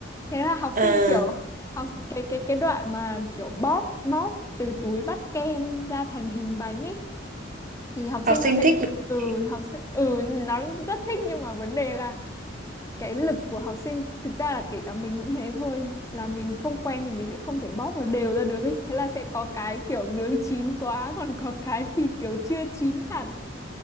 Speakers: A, on the left; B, on the right.
A: Thế là học
B: À,
A: sinh kiểu <laughs> học cái cái cái đoạn mà kiểu bóp bóp từ túi bắt kem ra thành hình bánh ấy thì học
B: học
A: sinh
B: sinh
A: nó sẽ
B: thích đúng không
A: ừ
B: chị?
A: học sinh ừ nó rất thích nhưng mà vấn đề là cái lực của học sinh thực ra là kể cả mình cũng thế thôi là mình không quen thì mình sẽ không thể bóp nó đều ra được ấy thế là sẽ có cái kiểu nướng chín quá còn có cái thì kiểu chưa chín hẳn